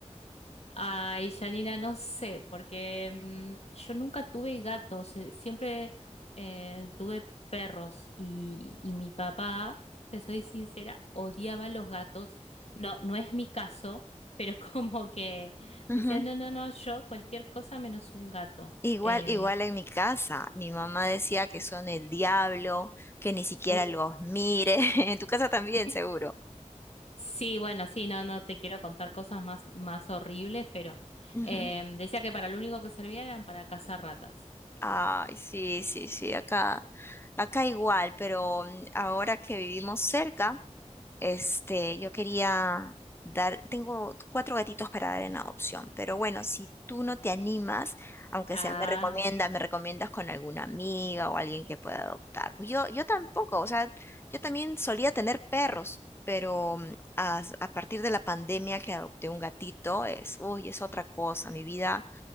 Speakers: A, on the left; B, on the left.
A: Ay, Janina, no sé, porque mm, yo nunca tuve gatos, eh, siempre eh, tuve perros y, y mi papá, te soy sincera, odiaba los gatos. No, no es mi caso, pero <laughs> como que
B: Ujú.
A: decía, no, no, no, yo cualquier cosa menos un gato.
B: Igual,
A: Eh,
B: Sí. igual en mi casa, mi mamá decía que son el diablo, que ni siquiera
A: uh,
B: los mire. <laughs> En tu casa también,
A: <laughs>
B: seguro.
A: Sí, bueno, sí, no, no te quiero contar cosas más, más horribles, pero
B: Ujú.
A: em, decía que para lo único que servían eran para cazar ratas.
B: Ay, sí, sí, sí, acá, acá igual, pero mm, ahora que vivimos cerca. Este, yo quería dar, tengo cuatro gatitos para dar en adopción, pero bueno, si tú no te animas, aunque
A: Ah,
B: sea me recomiendas, me recomiendas con alguna amiga o alguien que pueda adoptar. Pues yo, yo tampoco, o sea, yo también solía tener perros, pero mm, a, a partir de la pandemia que adopté un gatito, es, uy, es otra cosa, mi vida,